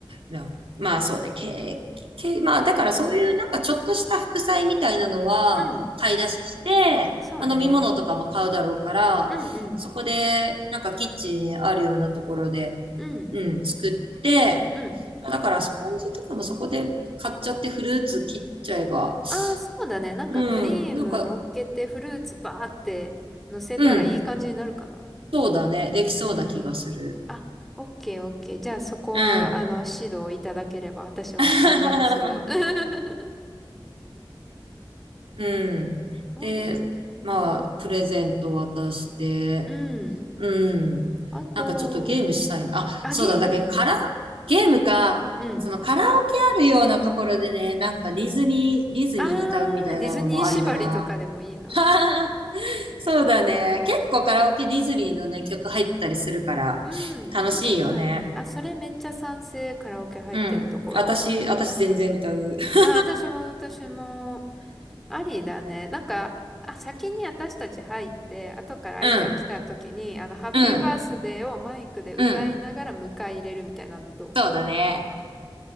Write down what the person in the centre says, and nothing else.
うん。そうね。
うんうん。
うん。
うん。
ああ、そうだね。なんかクリーム乗っけてフルーツバーって乗せたらいい感じになるかな。
うんうん。あ、オッケーオッケー。じゃあそこは、
あの、指導いただければ私は何でもする。
<laughs>
そうなんだね。
うん。
あと、
あ、
ゲームいい。
うん。
あー、ディズニー縛りとかでもいいな。
うん、
確かに。あ、それめっちゃ賛成。カラオケ入ってるところ。
あ、私も私も。ありだね。なんか、あ、先に私たち入って、後から愛ちゃん来た時に、
あの、ハッピーバースデーをマイクで歌いながら迎え入れるみたいなのどう